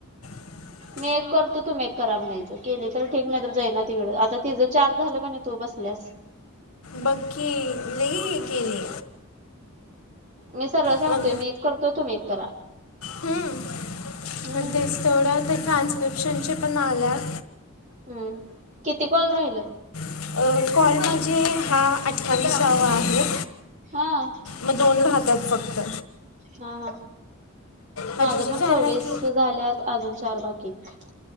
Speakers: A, on the left; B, on the right.
A: <inaudible>
B: मी एक करतो तू मी एक करा म्हनायच केल तर ठीक नाही तर जाई ना तिकडं आता तिझं चार झालं किनाय तू बसल्यास
A: बघ की लई केली
B: मी सरळ सांगतोय
A: मग
B: मी एक करतोय तुम्ही एक करा
A: हम
B: हम्म
A: आणि तेच तेवढं तर ट्रान्स्क्रिप्शनचे पण आल्यात
B: हम्म किती कॉल राहिलेत
A: अ कॉल माझे हा अठ्ठावीसावा आहे
B: हां
A: मग दोन राहतात फक्त
B: हा हा
A: हा
B: माझ
A: तुझं
B: पण
A: झाला
B: सव्वीस
A: की
B: झाल्यात अजून चार बाकी हाईत